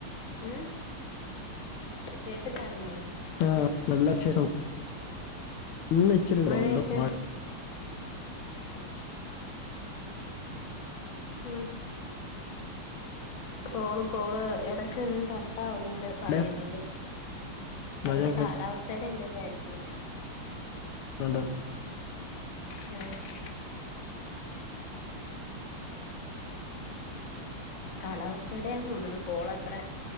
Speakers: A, on the left; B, on the left.
A: ഏഹ് കേട്ട് ക്കായിരുന്നോ?
B: ആഹ നല്ല വിശേഷം ഇന്ന് ഇച്ചിരി <unintelligible>
A: മഴയൊക്കെ മ് കോള് കോള് എടക്ക് കട്ടാവുന്നുണ്ട്
B: അവിടെ
A: പറയുന്നത്. ചെലപ്പോ
B: മഴയൊക്കെ
A: കാലാവസ്ഥയുടെ എന്തേങ്കിലു ആയിരിക്കുല്ലേ
B: ഉണ്ട്
A: ഏ കാലാവസ്ഥയുടെ തോന്ന്ണു കോളത്ര